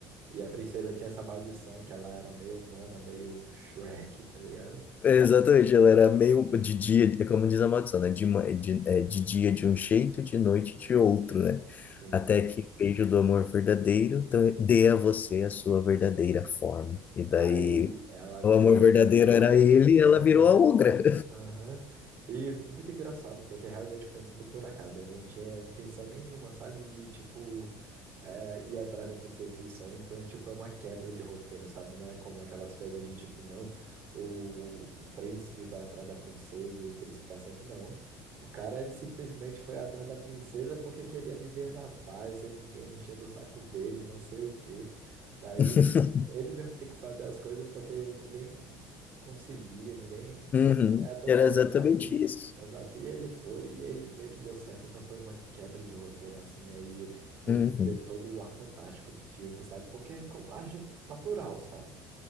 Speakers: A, on the right; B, on the left.
A: E a princesa tinha essa maldição que ela era meio humana, meio Shrek, tá ligado?
B: Exatamente, ela era meio de dia, é como diz a maldição, né? De, ma- de, é, de dia de um jeito, de noite de outro, né?
A: Sim,
B: Até
A: sim.
B: que o beijo do amor verdadeiro tra- dê a você a sua verdadeira forma. E daí,
A: Tá aí, ela virou
B: o amor verdadeiro
A: Shrek,
B: era ele
A: velho.
B: e ela virou a ogra.
A: Aham. E muito engraçado, porque realmente foi muito por acaso. né? Ele não tinha intenção nenhuma, sabe? De, tipo, é, ir atrás da princesa do sonho. Então, tipo, é uma quebra de roteiro, sabe? Não é como aquelas coisas de, tipo, não, o, o príncipe vai atrás da princesa e feliz pra sempre. Não. O cara, ele simplesmente foi atrás da princesa porque queria viver na paz, sem ninguém enchendo o saco dele, não sei o quê. Daí
B: <laughs>
A: ele, ele mesmo tem que fazer as coisas porque ninguém conseguia, ninguém,
B: Uhum,
A: é, é, todo
B: Era
A: mundo
B: exatamente
A: era ruim,
B: isso.
A: exato. E ele foi, e aí meio que deu certo, então foi uma quebra de roteiro assim, e aí o, o
B: Uhum,
A: que me deu todo o ar fantástico do filme, sabe? Porque é como age natural, sabe?